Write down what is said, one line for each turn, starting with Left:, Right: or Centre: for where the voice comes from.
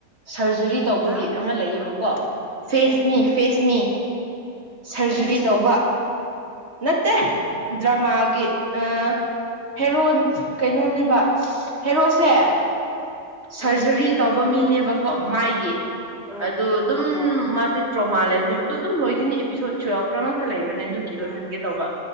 Right: ꯁꯔꯖꯔꯤ ꯇꯧꯕꯒꯤ
Centre: ꯍꯥ
Right: ꯑꯃ ꯂꯩꯌꯦꯕꯀꯣ ꯐꯤꯁ
Centre: ꯎꯝ
Right: ꯃꯤ ꯐꯤꯁ ꯃꯤ ꯁꯔꯖꯔꯤ
Centre: ꯏꯪꯂꯤꯁꯀꯤ
Right: ꯇꯧꯕ ꯅꯠꯇꯦ ꯗ꯭ꯔꯃꯥꯒꯤ ꯑ ꯍꯦꯔꯣꯟ ꯀꯩꯅꯣꯅꯦꯕ ꯍꯦꯔꯣꯁꯦ ꯁꯔꯖꯔꯤ
Centre: ꯎꯝ
Right: ꯇꯧꯕ ꯃꯤꯅꯦꯕꯀꯣ ꯃꯥꯏꯒꯤ
Centre: ꯑꯥ
Right: ꯑꯗꯨ ꯑꯗꯨꯝ
Centre: ꯑꯥ
Right: ꯃꯥꯁꯦ ꯃꯥ ꯂꯩꯕꯅꯦꯕ ꯑꯗꯨ ꯑꯗꯨꯝ ꯂꯣꯏꯒꯅꯤ ꯑꯦꯄꯤꯁꯣꯠ ꯇꯨꯋꯦꯜꯐ ꯉꯛꯇ ꯂꯩꯕꯅꯦ ꯑꯗꯨꯒꯤ ꯂꯣꯏꯍꯟꯒꯦ ꯇꯧꯕ